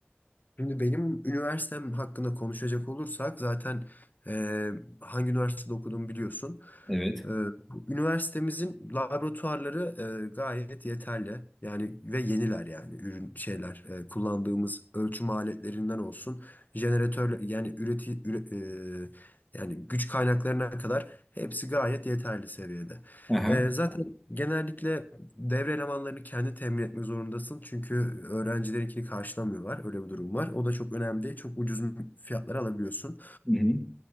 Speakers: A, on the left; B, in the centre.
A: Şimdi benim üniversitem hakkında konuşacak olursak zaten e, hangi üniversitede okuduğumu biliyorsun.
B: Evet.
A: Ee, bu Üniversitemizin laboratuvarları e, gayet yeterli. Yani ve yeniler yani ürün şeyler e, kullandığımız ölçüm aletlerinden olsun jeneratörler yani üreti üre- e, yani güç kaynaklarına kadar hepsi gayet yeterli seviyede.
B: Aha.
A: E, zaten genellikle devre elemanlarını kendi temin etmek zorundasın çünkü öğrencilerinkini karşılamıyorlar. Öyle bir durum var. O da çok önemli değil. Çok ucuz fiyatlara alabiliyorsun.
B: Hı hı.